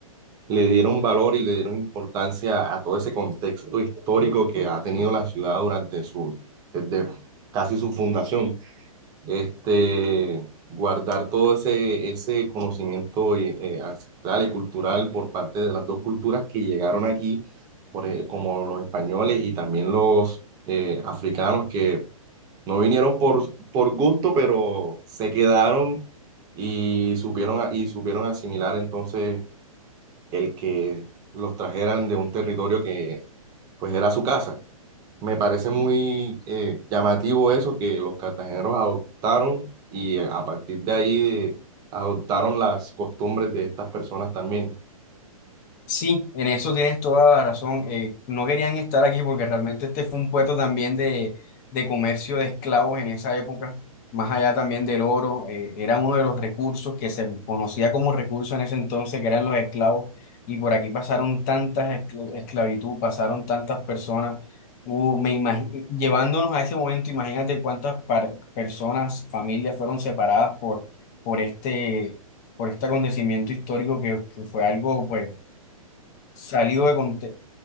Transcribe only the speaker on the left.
Sí, en eso tienes toda la razón. eh, no querían estar aquí porque realmente este fue un puerto también de, de comercio de esclavos en esa época, más allá también del oro, eh, era uno de los recursos que se conocía como recurso en ese entonces, que eran los esclavos, y por aquí pasaron tantas escl- esclavitud, pasaron tantas personas, hubo- me imagi- llevándonos a ese momento, imagínate cuántas par- personas, familias fueron separadas por, por este, por este acontecimiento histórico que, que fue algo, pues salido de contexto,